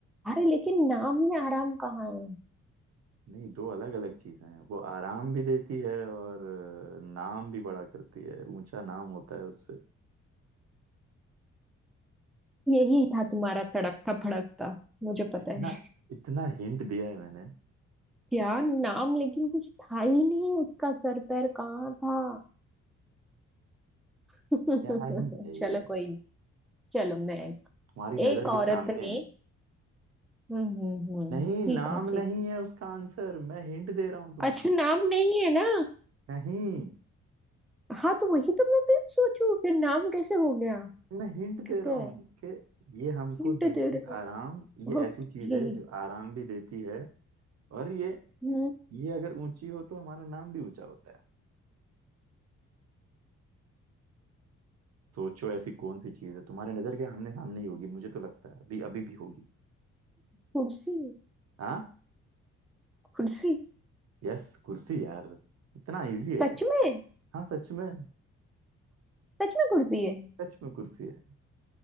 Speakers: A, in the centre; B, on the right (about 60°).
A: अरे लेकिन नाम में आराम कहाँ है
B: नहीं दो अलग अलग चीजें हैं वो आराम भी देती है और अ, नाम भी बड़ा करती है ऊंचा नाम होता है उससे
A: यही था तुम्हारा तड़कता भड़कता मुझे पता
B: इतना
A: है
B: इतना हिंट दिया है मैंने
A: क्या नाम लेकिन कुछ था ही नहीं उसका सर पैर कहाँ था <laughs>
B: क्या ही है
A: चलो
B: ये
A: कोई नहीं चलो मैं
B: तुम्हारी नजर
A: एक
B: के
A: औरत
B: सामने
A: ने
B: है
A: हम्म हम्म हम्म
B: नहीं
A: ठीक
B: नाम
A: है ठीक
B: नहीं है उसका आंसर मैं हिंट दे रहा हूं तुम्हें
A: अच्छा नाम नहीं है ना
B: नहीं
A: हाँ तो वही तो मैं भी सोचू फिर नाम कैसे हो गया
B: मैं हिंट
A: ठीक
B: दे रहा
A: है
B: हूँ कि ये हमको
A: हिंट
B: देती
A: दे रहे
B: आराम
A: हो
B: ये
A: ओके
B: ऐसी चीज है जो आराम भी देती है और ये
A: हम्म,
B: ये अगर ऊंची हो तो हमारा नाम भी ऊंचा होता है सोचो ऐसी कौन सी चीज है तुम्हारे नजर के आमने सामने ही होगी मुझे तो लगता है अभी अभी भी होगी
A: कुर्सी
B: हाँ
A: कुर्सी
B: यस कुर्सी यार इतना इजी है
A: सच में
B: हाँ सच में
A: सच में कुर्सी है
B: सच में कुर्सी है